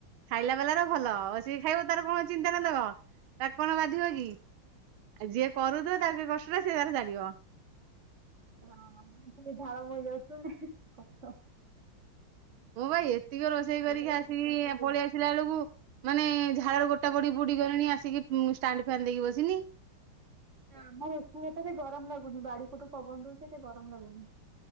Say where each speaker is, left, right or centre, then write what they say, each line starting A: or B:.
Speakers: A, on the right; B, on the right.
A: ଖାଇଲା ବାଲାର ଭଲ ଆଉ ସେ ଖାଇବ ତାର କଣ ଚିନ୍ତା ନବ ତା କଣ ବାଧିବ କି? ଆଉ ଯିଏ କରୁଥିବ ତା କଷ୍ଟଟା ସେ ତାର ଜାଣିବ।
B: ହ ସେ ଝାଳ ବୋହି ଯାଉଥିବା କଷ୍ଟ
A: ମୁଁ ଭାଇ ଏତିକି ରୋଷେଇ କରିକି
B: ବୋତଲ
A: ଆସିକି
B: ଝରକା ଖୋଲି ଦେଇଛି
A: ପଳେଇ ଆସିଲା ବେଳକୁ ମାନେ ଝାଳ ଗୋଟେ ପଟ ପଡି ବୁଡି ଗଲେଣି ଆସିକି ଷ୍ଟାଣ୍ଡ ଫ୍ୟାନ୍ ଦେଇକି ବସିନି।
B: ନା ଆମର ଏଠି ଏତେ ଗରମ ଲାଗୁନି ବାଡି ପଟୁ ପବନ ବହୁଛି ଏତେ ଗରମ ଲାଗୁନି।